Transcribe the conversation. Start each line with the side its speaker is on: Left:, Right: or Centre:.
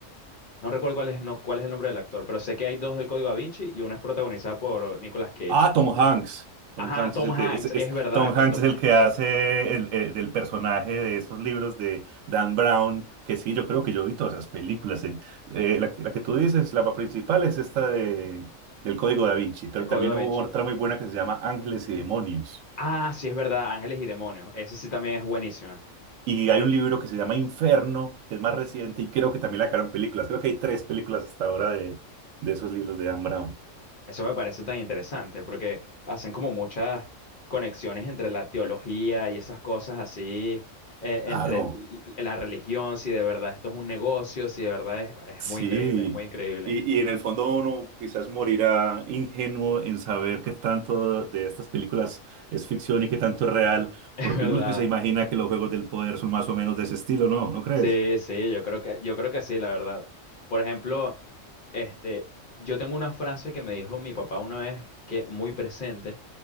Left: No recuerdo cuál es, no, cuál es el nombre del actor, pero sé que hay dos del Código Da Vinci y uno es protagonizado por Nicolas Cage.
Right: Ah, Tom Hanks. Tom
Left: Ajá,
Right: Hanks
Left: Tom
Right: es el
Left: Hanks,
Right: que, es, es-
Left: es verdad,
Right: Tom
Left: con
Right: Hanks
Left: Tom
Right: es el
Left: Hanks,
Right: que hace el, eh, del personaje de esos libros de Dan Brown, que sí, yo creo que yo vi todas esas películas. En- eh, la, que la que tú dices, la principal es esta de, del Código Da Vinci, pero
Left: el Código
Right: también
Left: Da
Right: hubo
Left: Vinci.
Right: otra muy buena que se llama Ángeles y Demonios.
Left: Ah, sí, es verdad, Ángeles y Demonios. Esa sí también es buenísima.
Right: Y hay
Left: Pero
Right: un libro que se llama Inferno, que es más reciente, y creo que también la sacaron películas. Creo que hay tres películas hasta ahora de, de esos libros de Dan Brown.
Left: Eso me parece tan interesante porque hacen como muchas conexiones entre la teología y esas cosas así, eh,
Right: Claro.
Left: entre l- l- la religión, si de verdad esto es un negocio, si de verdad es, es
Right: Sí,
Left: muy increíble, es muy increíble,
Right: y, y en el fondo uno quizás morirá ingenuo en saber qué tanto de estas películas es ficción y qué tanto es real,
Left: <laughs> es
Right: porque
Left: verdad.
Right: uno sí se imagina que los juegos del poder son más o menos de ese estilo, ¿no? ¿No crees?
Left: Sí, sí, yo creo que, yo creo que sí, la verdad. Por ejemplo, este, yo tengo una frase que me dijo mi papá una vez que muy presente,